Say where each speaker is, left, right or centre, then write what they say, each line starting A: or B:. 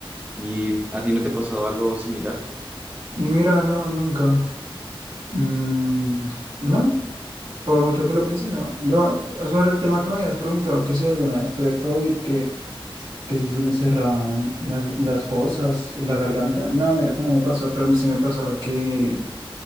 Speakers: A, on the right; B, on the right.
A: ¿Y a ti no te ha pasado algo similar?
B: Mira, no, nunca. Mm, no, por mucho que lo piense,
A: <laughs>
B: no. Yo, ah, sobre el tema que me habías preguntado, que si alguna vez tuve COVID, que, que si se me cerraban las, las fosas, la garganta. No, mira que no me pasó, pero sí me pasaba que.